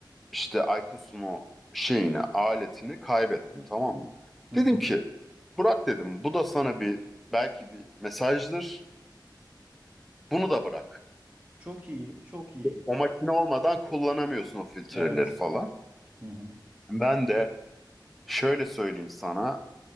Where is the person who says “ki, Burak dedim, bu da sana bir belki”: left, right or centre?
Centre